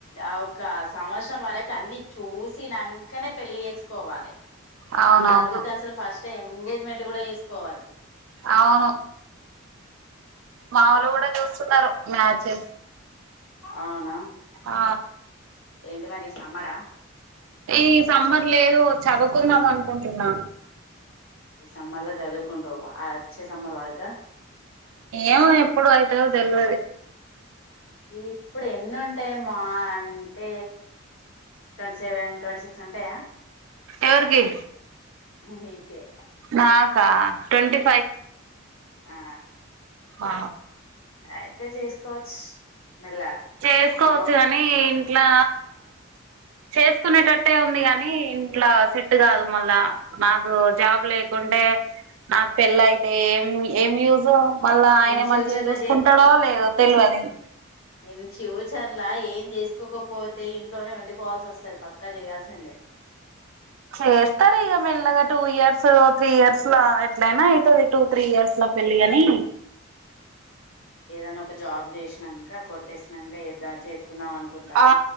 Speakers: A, on the left; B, on the right.
A: ఆ ఒక సంవత్సరం వరకు అన్ని చూసినంకనే పెళ్లి చేసుకోవాలే
B: అవునవును
A: నన్ను అడుగుతే అసలు ఫస్ట్ అే ఎంగేజ్మెంట్ కూడా వేసుకోవా
B: అవును మావోలు కూడా చూస్తున్నరు మ్యాచెస్
A: అవునా
B: ఆ
A: ఎంటి మరి సమ్మరా
B: ఈ సమ్మర్ లేదు చదువుకుందాం అనుకుంటున్నా
A: సమ్మర్ ల చదువుకుంటావు ఆ అచ్చే సమ్మర్ వరక
B: ఏమో ఎప్పుడు అయితదో దేల్వది
A: ఇప్పుడు ఎన్ని ఉంటాయి మా అంటే ట్వంటీ సెవెన్ ట్వంటీ సిక్స్ ఉంటాయా
B: ఎవరికి
A: మీకే
B: నాకా ట్వంటీ
A: ఆ
B: ఆ
A: అయితే చేసుకోవచ్చు మెల్ల
B: చేసుకోవచ్చు
A: ఇంకో
B: కాని ఇ ఇట్లా చేసుకునేటట్టే ఉంది కాగాని ఇంట్లా సెట్ కాదు మళ్ళా నాకు జాబ్ లేకుంటే నాకు పెళ్ళి అయితే ఏం ఏం యూస్ మళ్ళా ఆయన
A: ఇన్ ఫ్యూచర్
B: మంచిగా చూసుకుంటాడో
A: లో చే
B: లేదో తెలవదు ఇగ
A: ఇన్ ఫ్యూచర్లో ఏం చేసుకోకపోతే ఇంట్లోనే వండిపోవాల్సి వస్తుంది పక్కా చేయాల్సిందే
B: చేస్తారు ఇక మెల్లగా టూ ఇయర్స్ త్రీ ఇయర్స్ ఎట్లయినా అయితది టూ త్రీ ఇయర్స్లా పెళ్ళి కానీ
A: ఏదన్నా ఒక జాబ్ చేసినాక కొట్టేసినాక ఏ దాచేసుకుందాం అనుకుంటార
B: ఆ